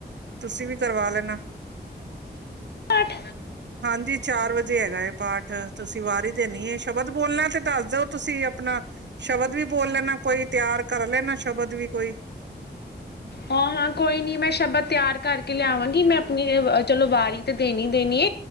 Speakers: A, on the right; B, on the left.
A: ਤੁਸੀਂ ਵੀ ਕਰਵਾ ਲੈਣਾ।
B: ਅੱਠ।
A: ਹਾਂਜੀ ਚਾਰ ਵਜੇ। ਹੈਗਾ ਪਾਠ ਤੁਸੀਂ ਵਾਰੀ ਦੇ ਨੀ ਹੈ ਸ਼ਬਦ ਬੋਲਣਾ ਤੇ ਦੱਸ ਦਿਓ ਤੁਸੀਂ ਆਪਣਾ ਸ਼ਬਦ ਵੀ ਬੋਲ ਲੈਣਾ ਕੋਈ ਤਿਆਰ ਕਰ ਲੈਣਾ ਸ਼ਬਦ ਵੀ ਕੋਈ
B: ਓਹ ਹਾਂ ਕੋਈ ਨੀ ਮੈਂ ਸ਼ਬਦ ਤਿਆਰ ਕਰਕੇ ਲਿਆਵਾਂਗੀ ਮੈਂ ਆਪਣੀ ਚਲੋ ਵਾਰੀ ਤੇ ਦੇਣੀ-ਦੇਣੀ